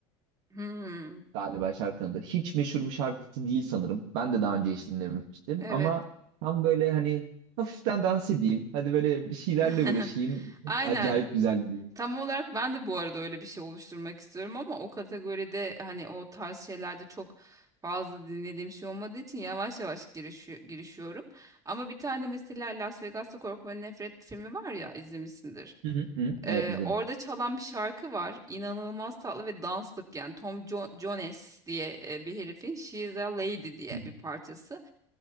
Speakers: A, on the right; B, on the right.
A: Hmm,
B: galiba şarkının adı. Hiç meşhur bir şarkısı değil sanırım. Ben de daha önce hiç dinlememiştim
A: evet.
B: ama tam böyle hani hafiften dans edeyim. Hadi böyle bir şeylerle
A: <laughs>
B: uğraşayım.
A: Aynen.
B: Acayip güzel gidiyor.
A: Tam olarak ben de bu arada öyle bir şey oluşturmak istiyorum ama o kategoride hani o tarz şeylerde çok fazla dinlediğim şey olmadığı için yavaş yavaş girişi- girişiyorum. Ama bir tane mesela Las Vegas'ta Korku ve Nefret filmi var ya izlemişsindir.
B: Hı hı. Hı, Evet
A: Ee,
B: izledim.
A: orada çalan bir şarkı var. İnanılmaz tatlı ve danslık yani Tom Jo- Jones diye e, bir herifin She is a Lady diye
B: Hı hı.
A: bir parçası.